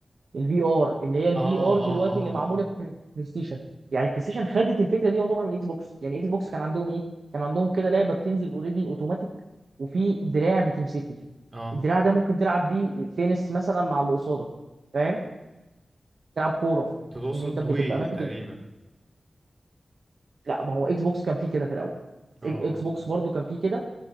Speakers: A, on the right; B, on the right.
A: الفي ار اللي هي الفي
B: اه
A: ار دلوقتي
B: اه اه
A: اللي معموله
B: اه
A: في البلاي ستيشن يعني البلاي ستيشن خدت الفكره دي يعتبر من الاكس بوكس يعني اكس بوكس كان عندهم ايه كان عندهم كده لعبه بتنزل اوريدي اوتوماتيك وفي دراع بتمسكه
B: اه
A: الدراع ده ممكن تلعب بيه تنس مثلا مع اللي قصادك فاهم تلعب كوره
B: انت تقصد
A: ان انت بتبقى
B: وي
A: ماسك
B: تقريبا
A: ال... لا ما هو اكس بوكس كان فيه كده في الاول
B: اه
A: إك- اكس
B: اه
A: بوكس برضو كان فيه كده